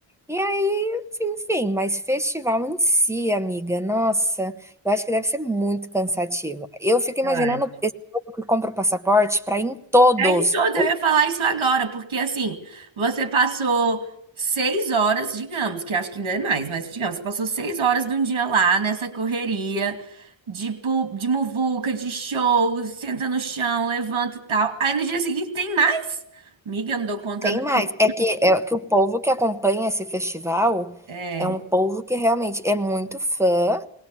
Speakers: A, in the centre; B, on the right (about 75°).
A: E aí, enfim, mas festival em si, amiga, nossa, eu acho que deve ser muito cansativo. Eu fico imaginando
B: eu acho.
A: esse povo que compra o passaporte para ir em todos.
B: É em todos, eu ia falar isso agora, porque assim, você passou seis horas, digamos, que acho que ainda é mais, mas digamos, você passou seis horas de um dia lá nessa correria de, pu- de muvuca, de show, senta no chão, levanta e tal. Aí no dia seguinte tem mais? Miga, eu não dou conta,
A: Tem
B: não.
A: mais. É que, é que o povo que acompanha esse festival
B: É,
A: é um povo que realmente é muito fã